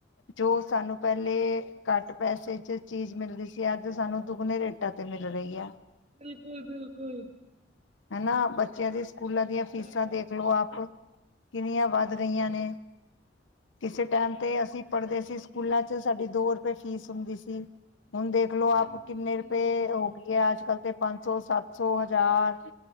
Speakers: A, on the left (about 80°); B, on the right (about 35°).
A: ਜੋ ਸਾਨੂੰ ਪਹਿਲੇ ਘੱਟ ਪੈਸੇ ਚ ਚੀਜ਼ ਮਿਲਦੀ ਸੀ ਅੱਜ ਸਾਨੂੰ ਦੁੱਗਣੇ ਰੇਟਾਂ ਤੇ ਮਿਲ ਰਹੀ ਐ
B: ਬਿਲਕੁਲ-ਬਿਲਕੁਲ
A: ਹਨਾਂ ਬੱਚਿਆਂ ਦੇ ਸਕੂਲਾਂ ਦੀਆਂ ਫੀਸਾਂ
B: ਬਿਲਕੁਲ
A: ਦੇਖਲੋ ਆਪ ਕਿੰਨੀਆਂ ਵੱਧ ਗਈਆਂ ਨੇ ਕਿਸੇ ਟਾਈਮ ਤੇ ਅਸੀਂ ਪੜ੍ਹਦੇ ਸੀ ਸਕੂਲਾਂ ਚ ਸਾਡੀ ਦੋ ਰੁਪਏ ਫੀਸ ਹੁੰਦੀ ਸੀ। ਹੁਣ ਦੇਖਲੋ ਆਪ
B: ਬਿਲਕੁਲ
A: ਕਿੰਨੇ
B: ਸਹੀ
A: ਰੁਪਏ
B: ਗੱਲ ਹੈ।
A: ਹੋ ਗਈ ਅੱਜ-ਕੱਲ੍ਹ ਤੇ ਪੰਜ ਸੌ, ਸੱਤ ਸੌ, ਹਜ਼ਾਰ